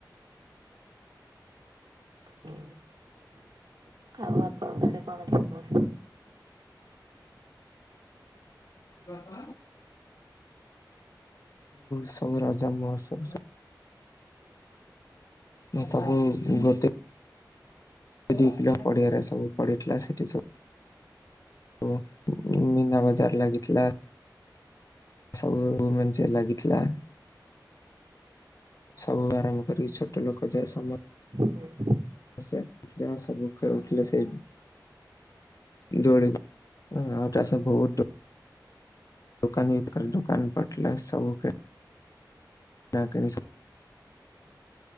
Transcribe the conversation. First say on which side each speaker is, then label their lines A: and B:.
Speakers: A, on the left; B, on the right.
A: <inaudible>
B: ହୁଁ ଆଉ ଆପଣଙ୍କ ଆଡେ କଣ ସମସ୍ତ
A: ବାପ ସବୁ ରାଜା ମ ସବୁ ମୁଁ ସବୁ ଗୋତେ ସେ ଦ ପିଲ ପଡିଆରେ ସବୁ ପଡ଼ିଥିଲା ସେଠି ସବୁ ଓ ମିନା ବାଜାର ଲାଗିତଲା ସବୁ ମ ଲାଗିଥିଲା ସବୁବେ ଆରମ୍ଭ କରିକି ଛୋଟ ଲୋକ ଯାଏ ସମୟ
B: ହୁଁ।
A: ହ ଉଠିଲ ହସ ପୁକ୍ଷ ଉଠିଲ ସେ ଦଡୌଳି ଆଉଟସ ବହୁତ ଦୁକାନ ବିକ୍ର ଦୁକାନ ପଟିଲ ସବୁ ଖେଳ <unintelligible> ବସ